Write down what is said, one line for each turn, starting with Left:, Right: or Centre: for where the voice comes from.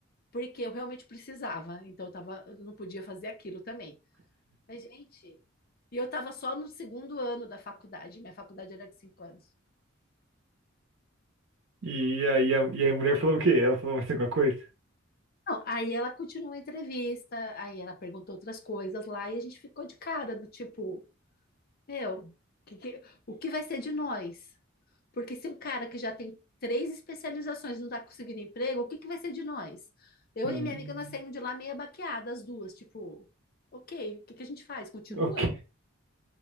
Left: porque eu realmente precisava, então eu tava, eu não podia fazer aquilo também. Mas, gente, e eu tava só no segundo ano da faculdade, minha faculdade era de cinco anos.
Right: E aí a, e aí a mulher falou o quê? Ela falou mais alguma coisa?
Left: Não, aí ela continuou a entrevista, aí ela perguntou outras coisas lá e a gente ficou de cara do tipo, meu, que, que, o que vai ser de nós? Porque se um cara que já tem três especializações não está conseguindo emprego, o que que vai ser de nós? Eu
Right: Hum,
Left: e minha amiga, nós saímos de lá meia baqueada, as duas, tipo, ok, o que que a gente faz? Continua?
Right: ok.